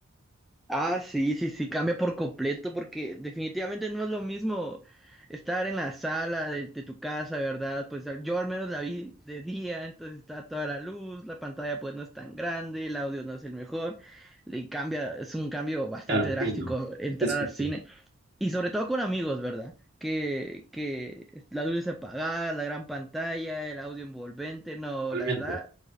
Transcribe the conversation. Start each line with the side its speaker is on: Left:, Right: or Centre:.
Centre: Ah, sí, sí, sí, cambia por completo porque definitivamente no es lo mismo estar en la sala de, de tu casa, ¿verdad? Pues al- yo al menos la vi de día, entonces está toda la luz, la pantalla pues no es tan grande, el audio no es el mejor, y cambia, es un cambio bastante
Right: Claro,
Centre: drástico
Right: entiendo.
Centre: entrar
Right: Sí, sí,
Centre: al cine
Right: sí,
Centre: y sobre todo con amigos, ¿verdad? Que, que la luz es apagada, la gran pantalla, el audio envolvente, no,
Right: totalmente.
Centre: la verdad,